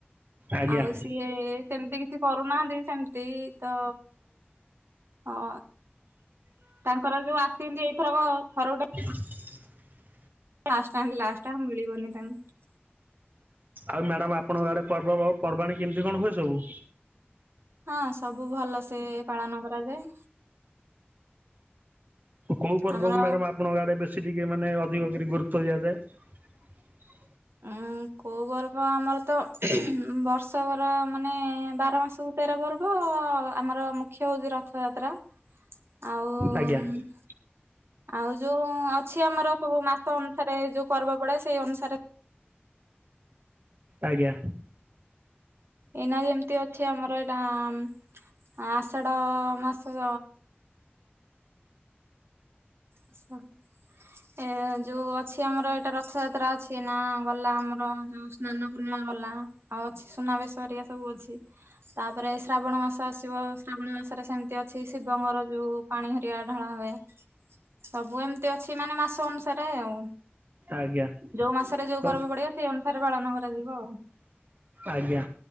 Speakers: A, on the right; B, on the right.
A: ଆଜ୍ଞା
B: ଆଉ ସିଏ ସେମିତି କିଛି କରୁନାହାନ୍ତି ସେମତି ତ ହ। ତାଙ୍କର ଯୋଉ ଆସିଚନ୍ତି ଏଇଥରକ ଥରେ ଗୋଟେ
A: <inaudible>
B: ଲାଷ୍ଟ ଟାଇମ ଲାଷ୍ଟା ମିଳିିବନି ତାଙ୍କ
A: ଆଉ ମ୍ୟାଡାମ୍ ଆପଣଙ୍କ ଆଡେ ପର୍ବ ପର୍ବାଣୀ କେମିତି କଣ ହୁଏ ସବୁ?
B: ହଁ ସବୁ ଭଲସେ ପାଳନ କରାଯାଏ।
A: କୋଉ ପର୍ବ
B: ଆମର
A: ମାଡମ୍ ଆପଣଙ୍କ ଆଡେ ବେ ଶୀ ଟିକେ ମାନେ ଅଧିକ କରି ଗୁରୁତ୍ୱ ଦିଆଯାଏ?
B: ଉଁ କୋଉ ପର୍ବ ଆମର ତ ବର୍ଷ କର ମାନେ ବାର ମାସ ତେର ପର୍ବ ଆମର ମୁଖ୍ୟ ହଉଚି ରଥଯାତ୍ରା। ଆଉ
A: ଆଜ୍ଞା।
B: <inaudible> ଆଉ ଯୋଉ ଅଛି ଆମର ସବୁ ମାସ ଅନୁସାରେ ଯୋଉ ପର୍ବ ପଡେ ସେଇ ଅନୁସାରେ
A: ଆଜ୍ଞା।
B: ଏଇନା ଯେମିତି ଅଛି ଆମର ଏ ଆଁ ଆଷାଢ ମାସ ଆସ ଏ ଯୋଉ ଅଛି ଆମର ଏଇଟା ରଥ ଯାତ୍ରା ଅଛି ନା ଗଲା ଆମର ଯୋଉ ସ୍ନାନ ପୂର୍ଣ୍ଣ ଗଲା ଆଉ ଅଛି ସୁନାବେଶ ଘେରିକା ସବୁ ଅଛି। ତାପରେ ଶ୍ରାବଣ ମାସ ଆସିବ ଶ୍ରାବଣ ମାସରେ ସେମିତି ଅଛି ଶିବଙ୍ଗର ଯୋଉ ପାଣି ହରିଆ ଢାଳା ହୁଏ ସବୁ ଏମିତି ଅଛି ମାନେ ମାସ ଅନୁସାରେ ଆଉ।
A: ଆଜ୍ଞା
B: ଯୋଉ ମାସରେ ଯୋଉ
A: ତ
B: ପର୍ବ ପଡିବ ସେଇ ଅନୁସାରେ ପାଳନ କରାଯିବ ଆଉ।
A: ଆଜ୍ଞା